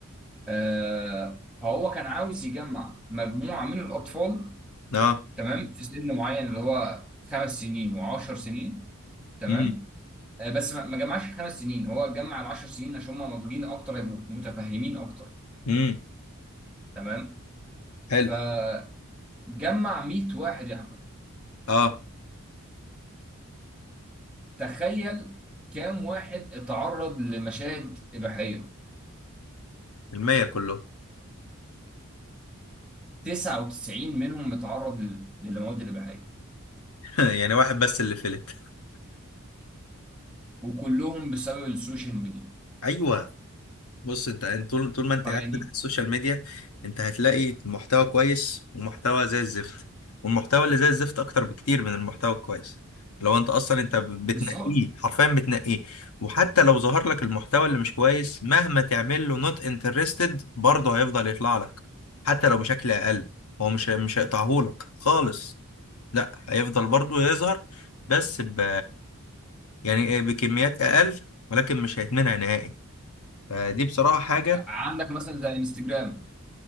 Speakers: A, in the centre; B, on the left.
A: آه، فهو كان عاوز يجمع مجموعه من الاطفال
B: اه
A: تمام في سن معين اللي هو خمس سنين وعشر سنين تمام
B: امم
A: آه، بس ما ما جمعش الخمس سنين هو جمع العشر سنين عشان هم ناضجين اكتر يبقوا متفهمين اكتر
B: امم
A: تمام
B: حلو
A: فجمع 100 واحد يا احمد
B: اه
A: تخيل كام واحد اتعرض لمشاهد إباحية
B: المية كله
A: 99 منهم اتعرض لل- للمواد الإباحية
B: <laughs> يعني واحد بس اللي فلت
A: وكلهم بسبب السوشيال ميديا
B: <laughs> أيوه بص انت انت طول طول ما انت
A: فيعني
B: قاعد فاتح السوشيال ميديا انت هتلاقي محتوى كويس ومحتوى زي الزفت والمحتوى اللي زي الزفت اكتر بكتير من المحتوى الكويس لو انت اصلا انت بتنقيه
A: بالظبط
B: حرفيا بتنقيه وحتى لو ظهر لك المحتوى اللي مش كويس مهما تعمل له نوت انترستد برضه هيفضل يطلع لك حتى لو بشكل اقل هو مش مش هيقطعهولك خالص لا هيفضل برضه يظهر بس ب يعني إيه، بكميات اقل ولكن مش هيتمنع نهائي فدي بصراحة حاجة
A: عندك مثلا زي انستجرام